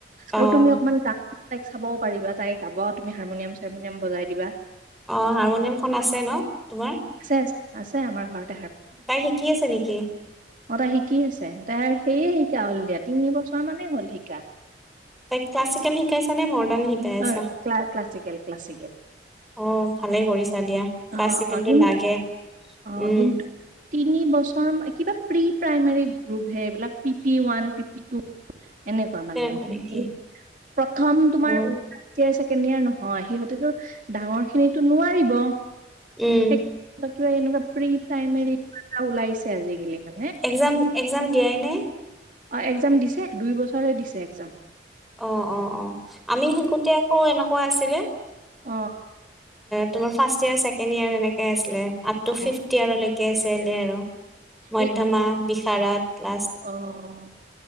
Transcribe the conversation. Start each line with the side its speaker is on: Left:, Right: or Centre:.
Centre: অ',
Right: আৰু তুমি অকমান গা তাইক চাবও পাৰিবা তাই গাব তুমি হাৰমনিয়াম-চাৰমনিয়াম বজাই দিবা।
Centre: অ, হাৰমনিয়ামখন আছে ন, তোমাৰ?
Right: আছে আছে আছে আমাৰ ঘৰত।
Centre: তাই শিকি আছে নেকি?
Right: অ, তাই শিকি আছে তাই সেয়ে শিকা হ'ল দিয়া তিনি বছৰ মানেই হ'ল শিকা।
Centre: তাইক ক্লাছিকেল শিকাইছা নে মডাৰ্ণ শিকাই আছা?
Right: অ', ক্লা ক্লাছিকেল ক্লাছিকেল
Centre: অ, ভালে কৰিছা দিয়া
Right: অ',
Centre: ক্লাছিকেলটো
Right: অ', কিন্তু
Centre: লাগে।
Right: অ,
Centre: উম,
Right: কিন্তু তিনি বছৰ কিবা প্ৰি প্ৰাইমাৰী গ্ৰুপ হে এইবিলাক পিটি ওৱান, পিটি টু এনেকুৱা মানে
Centre: তেনেকুৱা
Right: <unintelligible>
Centre: নেকি?
Right: প্ৰথম তোমাৰ
Centre: অ',
Right: উ তিয়াৰ ছেকেণ্ড ইয়াৰ নহয় সিহঁতেতো ডাঙৰ খিনিতো নোৱাৰিব
Centre: উম,
Right: সেই কিবা এনেকোৱা প্ৰি প্ৰাইমেৰি <unintelligible> ওলাইছে আজিকালি মান
Centre: একজাম-একজাম দিয়াই নে
Right: অ', এক্সাম
Centre: হয়।
Right: দিছে দুই বছৰে দিছে একজাম।
Centre: অ অ অ আমি শিকোতে আকৌ এনেকুৱা আছিলে
Right: অ
Centre: তোমাৰ ফাৰ্ষ্ট ইয়েৰ ছেকেণ্ড ইয়েৰ এনেকে আছিলে আপ টু
Right: অ',
Centre: ফিফট ইয়েৰলৈকে আছিল আৰু মধ্যমা
Right: এই
Centre: বিষাৰত লাষ্ট
Right: অ',